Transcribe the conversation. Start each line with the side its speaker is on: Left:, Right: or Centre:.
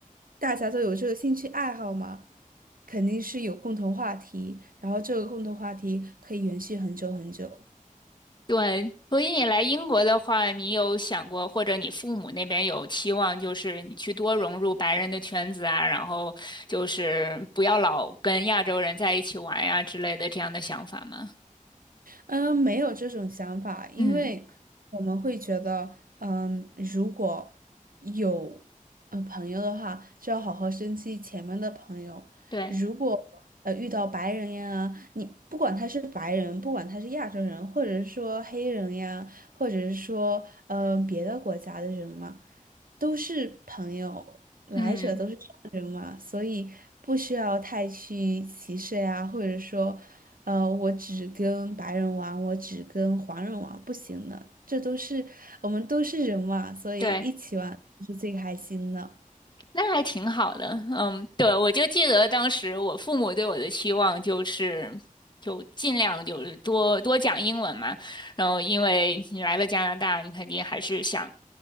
Right: 大家都有这个兴趣爱好嘛，肯定是有共同话题，然后这个共同话题可以延续很久很久。
Left: 对，所以你来英国的话，你有想过，或者你父母那边有期望，就是你去多融入白人的圈子啊，然后就是不要老跟亚洲人在一起玩呀之类的这样的想法吗？
Right: 嗯，没有这种想法，因为我们会觉得，
Left: 嗯，
Right: 嗯，如果有呃朋友的话，就要好好珍惜前面的朋友。
Left: 对，
Right: 如果呃遇到白人呀，你不管他是白人，不管他是亚洲人，或者是说黑人呀，或者是说呃别的国家的人嘛，都是朋友，来者都是善人嘛，
Left: 嗯。
Right: 所以不需要太去歧视呀，或者说。呃，我只跟白人玩，我只跟黄人玩，不行的，这都是我们都是人嘛，所以一起玩是最开心的。
Left: 对，那还挺好的，嗯，对，我就记得当时我父母对我的期望就是，就尽量就是多多讲英文嘛，然后因为你来了加拿大，你肯定还是想